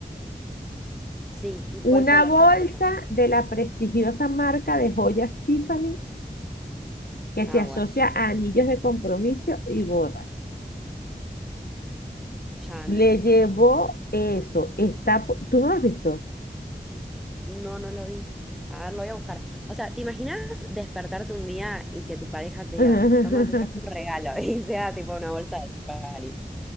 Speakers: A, in the centre; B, on the left (about 65°).
A: Sí, ¿y
B: Una
A: cuál fue la
B: bolsa
A: sorpresa?
B: de la prestigiosa marca de joyas Tiffany que
A: Ah,
B: se asocia
A: bueno.
B: a anillos de compromiso y bodas.
A: Chan.
B: Le llevó eso. Está, po- ¿tú no lo has visto?
A: No, no lo vi. A ver, lo voy a buscar. O sea, ¿te imaginas despertarte un día y que tu pareja te diga,
B: <laughs>
A: toma, te traje un regalo? <laughs> Y sea tipo una bolsa de Tiffany.